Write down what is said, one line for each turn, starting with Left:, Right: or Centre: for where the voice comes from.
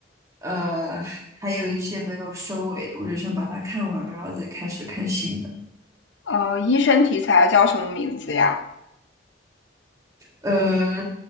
Right: 呃，还有一些没有收尾的，我就想把它看完，然后再开始看新的。
Left: 呃，医生题材叫什么名字呀？
Right: 呃，